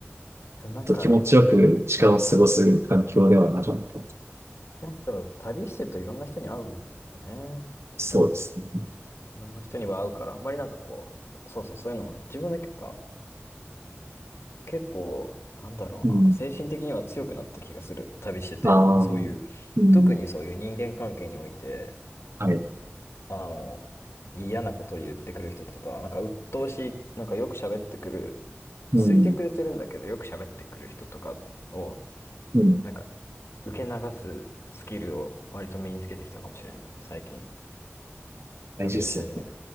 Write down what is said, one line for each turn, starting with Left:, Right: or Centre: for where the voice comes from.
Left: で、なんか、
Right: と気持ちよく時間を過ごす環境ではなかった。
Left: やっぱ旅してるといろんな人に会うよね。
Right: そうですね。
Left: いろんな人には会うから、あんまりなんかこう、そうそう、そういうのも自分だけか、結構、なんだろうな、
Right: うん。
Left: 精神的には強くなった気がする。旅してて。
Right: ああ、
Left: そういう、
Right: うん。
Left: 特にそういう人間関係において、
Right: はい。
Left: あの、嫌なこと言ってくる人とか、なんか鬱陶しい、なんかよく喋ってくる、
Right: うん。
Left: 好いてくれてるんだけど、よく喋ってくる人とかを、
Right: うん
Left: なんか、受け流すスキルを割と身につけてきたかもしれない、最近。
Right: 大事っすよね。
Left: 旅をし始めた。